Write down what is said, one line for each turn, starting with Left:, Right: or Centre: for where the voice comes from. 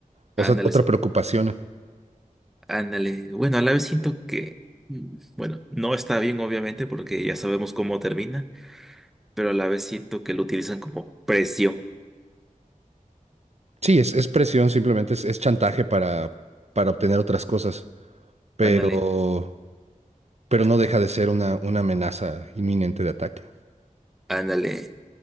Right: o
Centre: <laughs> Ándale,
Right: sea, otra
Centre: eso.
Right: preocupación.
Centre: Ándale. Bueno, a la vez siento que, mm, bueno, no está bien, obviamente, porque ya sabemos cómo termina pero a la vez siento que lo utilizan como precio.
Right: Sí, es, es presión, simplemente es, es chantaje para, para obtener otras cosas, pero,
Centre: Ándale,
Right: pero no deja de ser una, una amenaza inminente de ataque.
Centre: ándale.